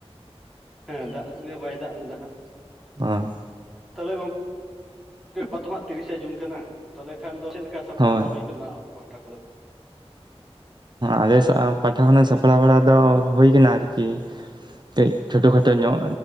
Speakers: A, in the centre; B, on the right.
A: ᱦᱮᱸ ᱫᱟᱜ ᱜᱮ ᱵᱟᱭ ᱫᱟᱜ ᱞᱮᱫᱟ ᱦᱟᱸᱜ᱾
B: ᱟᱸ
A: ᱛᱟᱦᱚᱞᱮ ᱜᱚᱝᱠᱮ ᱜᱟᱯᱟ ᱛᱚ ᱦᱟᱸᱜ ᱛᱤᱨᱤᱥᱮ ᱡᱩᱱ ᱠᱟᱱᱟ? ᱛᱟᱦᱚᱞᱮ ᱠᱷᱟᱱ ᱫᱚ ᱪᱮᱫ ᱞᱮᱠᱟ ᱥᱟᱯᱲᱟᱣ
B: ᱦᱳᱭ
A: ᱦᱩᱭ ᱟᱠᱟᱱᱟ ᱟᱵᱚ ᱯᱟᱦᱴᱟ ᱠᱚᱫᱚ᱾
B: ᱟᱞᱮ ᱯᱟᱦᱴᱟ ᱠᱷᱚᱱᱟᱜ ᱥᱟᱯᱲᱟᱣ ᱵᱟᱲᱟ ᱫᱚ ᱦᱩᱭ ᱠᱟᱱᱟ ᱟᱨᱠᱤ ᱠᱟᱹᱡ ᱪᱷᱳᱴᱳ ᱠᱷᱟᱴᱳ ᱧᱚᱜ᱾